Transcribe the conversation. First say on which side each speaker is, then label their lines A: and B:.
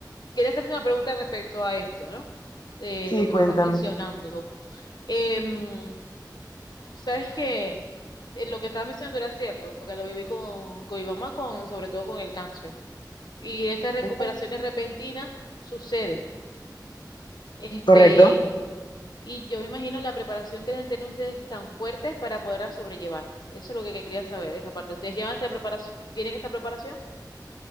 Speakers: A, on the left; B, on the left.
A: quería hacerte una pregunta respecto a esto, ¿no? Eh,
B: Sí,
A: lo que
B: cuéntame.
A: me estás mencionando. Em, sabes que lo que estabas mencionando era cierto, porque lo viví con, con mi mamá, con, sobre todo con el cáncer. Y esas recuperaciones
B: Ujú.
A: repentinas suceden. Este,
B: Correcto.
A: y yo me imagino la preparación que deben tener ustedes tan fuerte para poderla sobrellevar. Eso es lo que quería saber, esa parte. ¿Ustedes llevan esa preparación? ¿Tienen esa preparación?